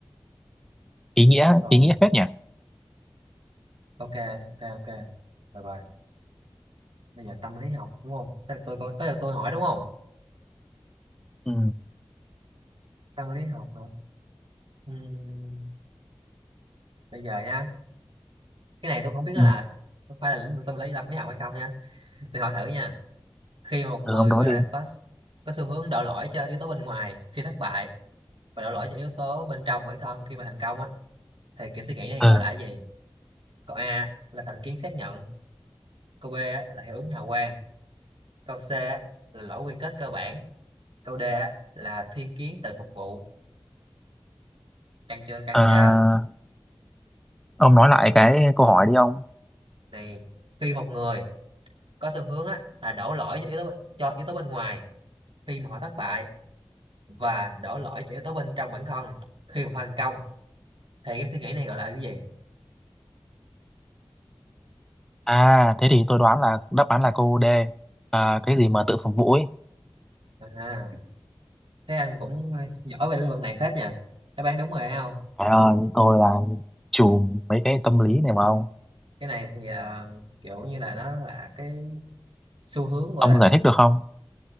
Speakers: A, in the centre; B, on the right (about 85°).
A: ý nghĩa
B: Rồi,
A: ý nghĩa phết nhỉ
B: ok, ok, ok. Được rồi. Bây giờ tâm lý học đúng không? Tới lượt tôi, tới lượt tôi hỏi đúng không?
A: ừ
B: tâm lý học hả? Ừm, bây giờ nha cái này tôi không biết nó
A: ừ,
B: là có phải là lĩnh vực tâm lý tâm lý học hay không nha tôi hỏi thử nha khi mà một
A: ừ
B: người
A: ông nói
B: gọi
A: đi
B: là có có xu hướng đổ lỗi cho yếu tố bên ngoài khi thất bại và đổ lỗi cho yếu tố bên trong bản thân khi mà thành công á thì kiểu suy nghĩ này
A: ừ.
B: gọi là cái gì câu A là thành kiến xác nhận câu B á, là hiệu ứng hào quang câu C á, là lỗi quy kết cơ bản câu D á, là thiên kiến tự phục vụ căng chưa căng
A: Ờ,
B: chưa
A: ông nói lại cái câu hỏi đi ông
B: này khi một người có xu hướng á, là đổ lỗi cho yếu tố cho yếu tố bên ngoài khi mà họ thất bại và đổ lỗi cho yếu tố bên trong bản thân khi mà thành công thì cái suy nghĩ này gọi là cái gì
A: À, thế thì tôi đoán là đáp án là cô D. À, cái gì mà tự phục vụ ấy.
B: à, thế anh cũng ờ, giỏi về lĩnh vực này phết nha đáp án đúng rồi đấy không
A: Trời ơi, tôi là chùm mấy cái tâm lý này mà ông.
B: cái này thì à, kiểu như là nó là cái xu hướng gọi
A: Ông
B: là
A: giải thích được không?